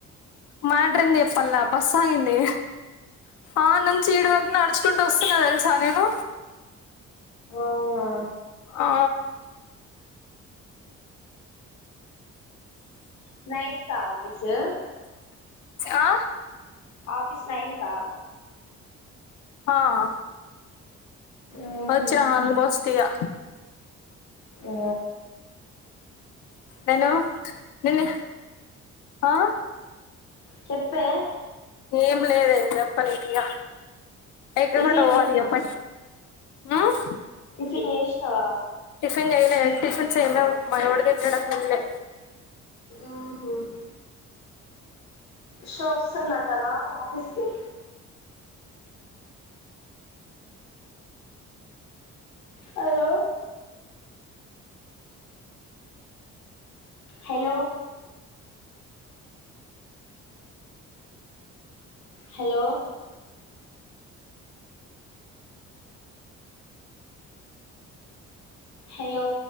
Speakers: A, on the left; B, on the left.
A: మ్యాట్రేంది చెప్పల్ల బస్ ఆగిందే ఆ నన్ ట్నుంచి ఈడ వరకు నడుచుకుంటూ వస్తున్నా తెలుసా నేను
B: అవునా
A: ఆ
B: నైన్ కా ఆఫీసు
A: ఆ
B: ఆఫీస్ నైన్ కా
A: ఆఆ
B: ఊహూ
A: వచ్చిన ఆల్ మోస్ట్ కియా
B: ఓ
A: హలో నిన్న ఆ
B: చెప్పే
A: ఏం లేదే పని అయితియా ఎకా
B: టిఫిన్
A: గుంట పోవాలప్ప
B: చేసినవా
A: ఉమ్
B: హే యేష్నవా
A: టిఫిన్ చేయిలే టిఫిన్స్ సేమియా ఉప్మా ఎవడు తుంటాడో తేల్లే
B: ఉమ్ హ్మ్మ్ షో వస్తుందంటనా ఆఫీస్ కి హలో హలో హలో హలో